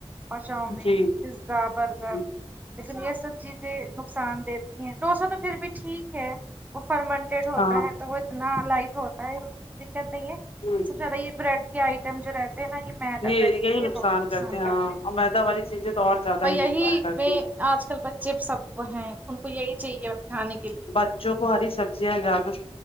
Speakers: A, on the right (about 15°); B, on the left (about 65°).
A: پاچاؤمین
B: جی
A: پیزا برگر
B: جی
A: لیکن یہ سب چیزیں نقصان دیتی ہیں ڈوسا تو پھر بھی ٹھیک ہے وہ فرمنٹیڈ ہوتا
B: ہاں
A: ہے تو وہ اتنا لائٹ ہوتا ہےکچھ دقت نہیں ہے
B: جی
A: اچھاچھا یہ بریڈ آئٹم جو رہتے ہیں نا یہ مئی تو
B: یہ
A: کہتی
B: یہی
A: تھی بہت نقصان
B: ہاں
A: کرتے ہیں
B: اور میدا والی چیزیں تو زیادہ
A: اور
B: ہی
A: یہی
B: نقصان کرتی
A: میں
B: ہیں
A: آج کل بچھ چپس اب وہ ہیں ان کو یہی چاہیے کھانے کے لیے
B: بچوں کو ہری سبزیاں زیاد